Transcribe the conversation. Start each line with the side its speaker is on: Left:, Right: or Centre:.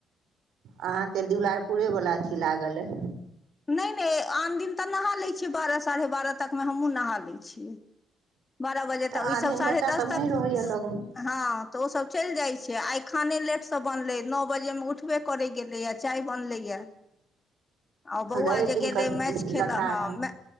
Right: अहाँके दुलारपुरेवला अथी लागल अइ
Left: नहि नहि आन दिन तऽ नहा लैत छियै बारह साढ़े बारह तकमे हमहूँ नहा लैत छियै। बारह बजे
Right: तऽ
Left: तक ई
Right: आन
Left: सब
Right: दिन
Left: साढ़े
Right: बच्चा
Left: दस
Right: सब
Left: तक
Right: नहि रहैया लगमे
Left: हँ तऽ ओ सब चलि जाइ छै आई खाने लेटसँ बनलै नओ बजेमे उठबे करै गेलैए चाय बनलैए आ ओ बौआ
Right: रवि
Left: जे
Right: दिन
Left: गेलै
Right: के
Left: मैच खेलऽ
Right: लटार
Left: हँ
Right: हम
Left: मै